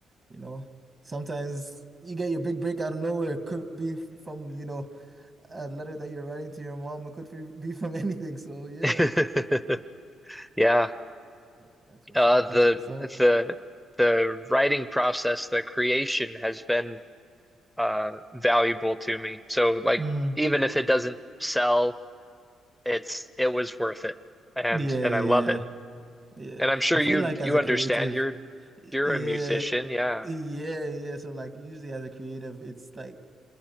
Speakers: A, on the right (about 30°); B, in the centre.
A: you know, sometimes you get your big break out of nowhere. It could be f- from, you know, a letter that you're writing to your mom. It could f- be from <laughs> anything. So yeah,
B: <laughs> Yeah.
A: yeah, that's what's
B: Uh,
A: up.
B: the
A: That's what's up.
B: the the writing process, the creation has been uh valuable to me. So like
A: Mm,
B: even if it doesn't sell, it's it was worth it. And
A: yeah,
B: and
A: yeah,
B: I love it.
A: yeah.
B: And I'm sure
A: I feel
B: you
A: like
B: you
A: as a
B: understand
A: creative,
B: you're
A: y-
B: you're
A: yeah,
B: a musician, yeah.
A: yeah, yeah. So like usually as a creative, it's like